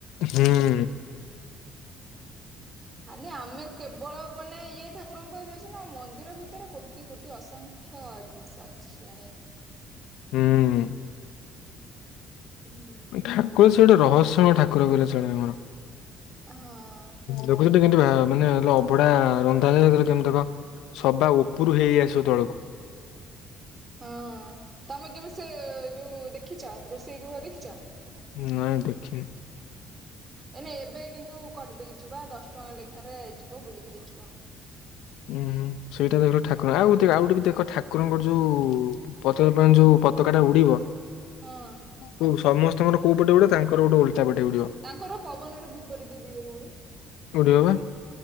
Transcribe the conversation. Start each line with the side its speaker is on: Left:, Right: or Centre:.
Left: ହୁଁଉଁ।
Right: ଖାଲି ଆମେ କେବଳ ମାନେ ଇଏ ଠା କୁରଙ୍କ ପାଖୁ ଯାଉସେ ନା ମନ୍ଦିର ଭିତେରେ କୋଟି କୋଟି ଅସଂଖ୍ୟ ଜିନିଷ ଅଛି ଜାଣିଆକୁ।
Left: ହୁଁ ହୁଁଉଁ।
Right: ହୁଁ
Left: ଠାକୁର ସେ ଗୋଟେ ରହସ୍ୟମୟ ଠାକୁର କହିଲେ ଚଳିବ ଆମର।
Right: ହଁ।
Left: ଯୋଉ ମୁଁ ସେଟି କିନ୍ତୁ ଭାବ୍ ମାନେ ଅଭଢା ରନ୍ଧାଯାଏ, ସେଥେରେ କେମତି କଁ ସବା ଓପୁରୁ ହେଇ ହେଇ ଆସିବ ତଳକୁ।
Right: ହଁଅଁ, ତମେ କେବେ ସେ ଯୋଉ ଦେଖିଛ ରୋଷେଇ ଗୃହ ଦେଖିଚ?
Left: ନାଇଁ ଦେଖିନି।
Right: ଏଇନେ ଏବେ କିନ୍ତୁ କରିଦେଇଚିବା ଦଶ ଟଙ୍କା ଲେଖାରେ ଯିବ ବୁଲିକି ଦେଖିବ।
Left: ଉୁଁ ହୁଁ ସେଇଟାତ ପୁରା ଠାକୁର, ଆଉ ଦେ ଆଉ ଗୋଟେ ବି ଦେଖ ଠାକୁରଙ୍କର ଯୋଉଉ ପତିତପାବନ ଯୋଉ ପତାକା ଟା ଉଡିବ।
Right: ହଁଅଁ।
Left: ହଉ ସମସ୍ତଙ୍କର କୋଉ ପଟେ ଉଡେ ତାଙ୍କର ଗୋଟେ ଓଲଟା ପଟେ ଉଡ଼ିବ।
Right: ତାଙ୍କର ପବନର ବିପରୀତ ଦିଗରୁ ଉଡେ।
Left: ଉଡ଼ିବ ବା।